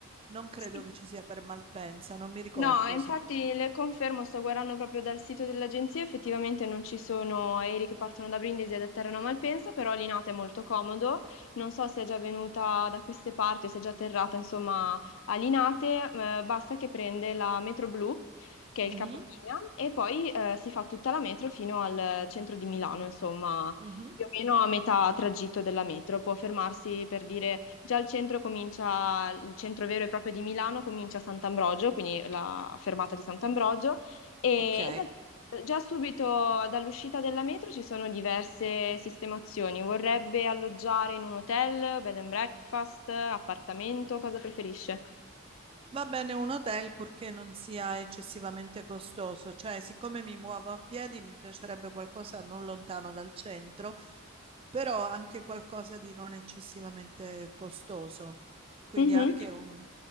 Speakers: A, on the right (about 25°); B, on the left (about 65°).
A: Non credo
B: Sì.
A: che ci sia per Malpensa, non mi ricordo,
B: No, infatti le confermo, sto guardando proprio dal sito dell'agenzia, effettivamente non ci sono aerei che partono da Brindisi ed atterrano a Malpensa, però Linate è molto comodo, non so se è già venuta da queste parti o se è già atterrata insomma a Linate, eh, basta che prende la metro blu, che
A: sinceramente.
B: è il capolinea, e poi eh, si fa tutta la metro fino al centro di Milano, insomma
A: Mhm.
B: più o meno a metà tragitto della metro, può fermarsi per dire già il centro comincia, il centro vero e proprio di Milano comincia a Sant'Ambrogio, quindi la fermata di Sant'Ambrogio, e,
A: Ok,
B: e da- già subito dall'uscita della metro ci sono diverse sistemazioni. Vorrebbe alloggiare in un hotel, bed and breakfast, appartamento, cosa preferisce?
A: va bene un hotel purché non sia eccessivamente costoso, cioè siccome mi muovo a piedi mi piacerebbe qualcosa non lontano dal centro, però anche qualcosa di non eccessivamente costoso, quindi
B: Mhm.
A: anche un-